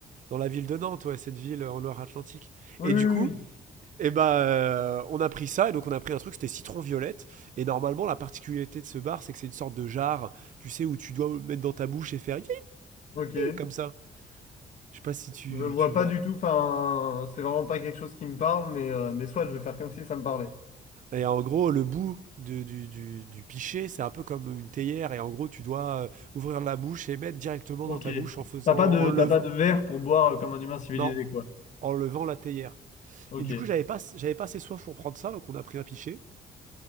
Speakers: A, on the right; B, on the left.
A: Dans la ville de Nantes, ouais, cette ville en Loire-Atlantique.
B: Oui,
A: Et du coup,
B: oui, oui.
A: eh ben, euh, on a pris ça, et donc on a pris un truc, c'était citron violette. Et normalement, la particularité de ce bar, c'est que c'est une sorte de jarre, tu sais, où tu dois mettre dans ta bouche et faire.
B: oui. Ok.
A: Comme ça. Je sais pas si tu,
B: Je vois
A: tu vois.
B: pas du tout. Enfin, c'est vraiment pas quelque chose qui me parle, mais, euh, mais soit je vais faire comme si ça me parlait.
A: Et en gros, le bout de- du, du- du pichet, c'est un peu comme une théière. Et en gros, tu dois euh, ouvrir la bouche et mettre directement
B: Ok.
A: dans ta bouche en faisant,
B: T'as pas de,
A: en levant,
B: t'as pas de verre pour boire euh, comme un humain civilisé,
A: non,
B: quoi.
A: en levant la théière.
B: Ok,
A: Et du coup, j'avais pas, j'avais pas assez soif pour prendre ça, donc on a pris un pichet.